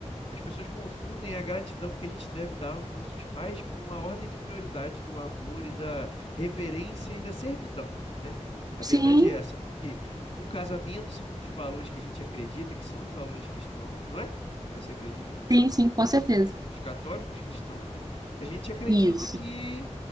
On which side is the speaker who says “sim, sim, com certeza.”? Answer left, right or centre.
Right